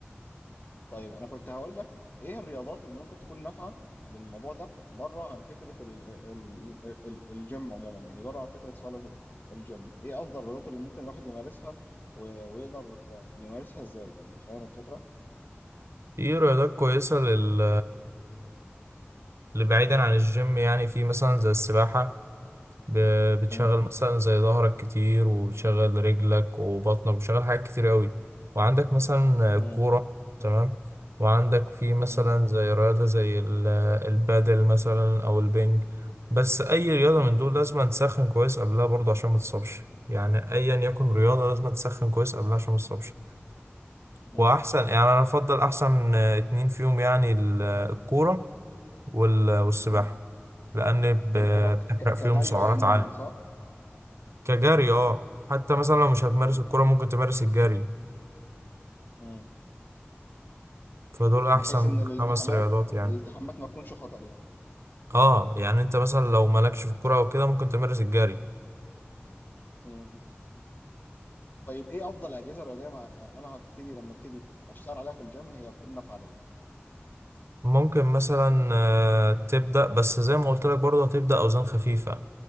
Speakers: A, on the left; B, on the right.
A: طيب أنا كنت هقول لك إيه الرياضات اللي ممكن تكون نافعة للموضوع ده بره عن فكرة ال ال ال الجيم عموما يعني بره عن فكرة صالة ال- الجيم إيه أفضل الرياضات اللي ممكن الواحد يمارسها و- ويقدر آه، يمارسها إزاي يعني فاهم الفكرة؟
B: في رياضات كويسة لل اللي بعيدا عن الجيم يعني في مثلا زي السباحة ب- بتشغل
A: مم.
B: مثلا زي ظهرك كتير وبتشغل رجلك وبطنك بتشغل حاجات كتير قوي وعندك مثلا
A: مم.
B: كورة تمام وعندك في مثلا
A: مم.
B: زي رياضة زي ال- البادل مثلا أو البنج بس أي رياضة
A: مم.
B: من دول لازم تسخن كويس قبلها برضه عشان ما تتصابش يعني أيا يكن
A: مم.
B: رياضة لازم تسخن كويس قبلها عشان ما تتصابش
A: مم.
B: وأحسن يعني أنا أفضل أحسن اتنين فيهم يعني ال- الكورة وال- والسباحة
A: مم.
B: لأن ب-
A: الكرة ك-
B: بتحرق
A: ك-
B: فيهم
A: كجري
B: سعرات
A: عموما
B: عالية
A: صح؟
B: كجري اه حتى مثلا لو مش هتمارس
A: مم.
B: الكرة ممكن تمارس الجري
A: مم.
B: فدول أحسن
A: بحيث ان الالتحامات
B: خمس رياضات يعني
A: الالتحامات ما تكونش خطر يعني
B: اه يعني انت مثلا لو مالكش في الكرة او كده ممكن تمارس الجري
A: مم. طيب ايه افضل اجهزه رياضيه مع انا هبتدي لما ابتدي اشتغل عليها في الجيم هي تكون نافعه ليا
B: ممكن مثلا آه، تبدأ بس زي ما قلت لك برضه هتبدأ أوزان خفيفة